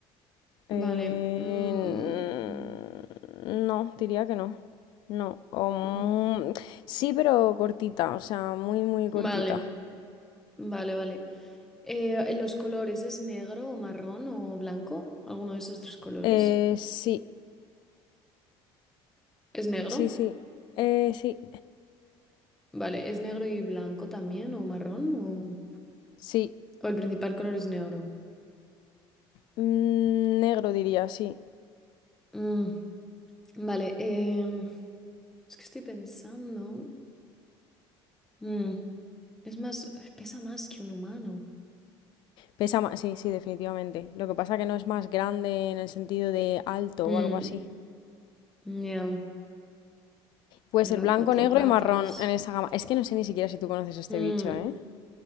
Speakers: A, on the left; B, in the centre.
A: Eh,
B: Vale. mm, mm,
A: no, diría que no. No. O mu-
B: mm,
A: sí, pero cortita, o sea, muy, muy cortita.
B: Vale, vale, vale. Eh, ¿los colores es negro o marrón o blanco? ¿Alguno de esos tres colores?
A: Eh, sí,
B: ¿Es negro?
A: sí, sí. Eh, sí,
B: Vale, ¿es negro y blanco también o marrón? ¿O,
A: sí.
B: o el principal color es negro?
A: Mm, negro diría, sí.
B: Mm, Vale, em, es que estoy pensando. Mm, Es más, pesa más que un humano.
A: Pesa más, sí, sí, definitivamente. Lo que pasa que no es más grande en el sentido de alto
B: Mm,
A: o algo así.
B: Ya.
A: Puede
B: Lleva
A: ser blanco,
B: cuatro
A: negro
B: patas.
A: y marrón en esa gama. Es que no sé ni siquiera si tú conoces este
B: Mm,
A: bicho, ¿eh?